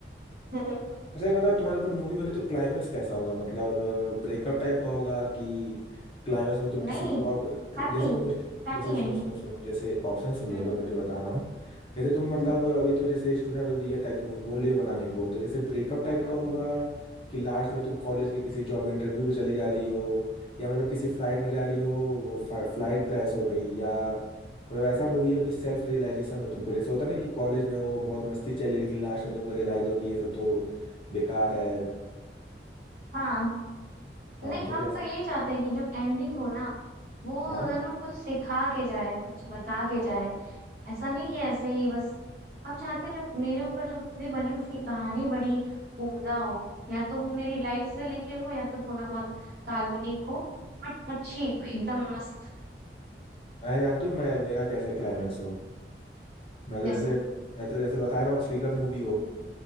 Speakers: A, on the right (about 60°); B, on the left (about 30°).
A: <laughs>
B: अच्छा ये बताओ तुम्हारे ऊपर मूवी बनी तो क्लाइमेक्स कैसा होगा मतलब ब्रेकअप टाइप का होगा कि क्लाइमेक्स में तुम किसी
A: नहीं
B: जॉब
A: हैप्पी
B: जैसे तुम
A: हैप्पी
B: जैसे सुनो
A: एंडिंग
B: सुनो सुनो जैसे ऑप्शन सुन
A: हम्म
B: लो एक बार मैं जो बता रहा हूँ जैसे तुम मतलब
A: हम्म,
B: अभी तो जैसे student of the year type की मूवी बोल रही हो बनाने को तो जैसे ब्रेकअप टाइप
A: हम्म।
B: का होगा कि लास्ट में तुम कॉलेज के किसी जॉब इंटरव्यू पे चली जा रही हो या मतलब किसी फ्लाइट में जा रही हो वो फ्लाइट क्लैश हो गई या मतलब ऐसा मूवी हो कि सेल्फ रियलाइजेशन हो तुमको जैसे होता है ना कि कॉलेज में हो बहुत मस्ती चली लेकिन लास्ट में तुमको रियलाइज हो कि ये सब तो बेकार है
A: हाँ
B: हाँ
A: नहीं
B: तो
A: हम
B: कैसे
A: तो ये चाहते हैं कि जो एंडिंग हो ना वो
B: हाँ
A: जरूर कुछ सिखा के जाए कुछ बता के जाए ऐसा नहीं कि ऐसे ही बस हम चाहते हैं जो मेरे ऊपर जो मूवी बने उसकी कहानी बड़ी उम्दा हो या तो वो मेरी लाइफ से लेके हो या तो थोड़ा बहुत काल्पनिक हो बट अच्छी हो एकदम मस्त
B: मैं जानती हूँ मैं मेरा कैसा क्लाइमेक्स हो मैं तो
A: वैसा
B: जैसे मैं तो जैसे बता रहा हूँ थ्रिलर मूवी हो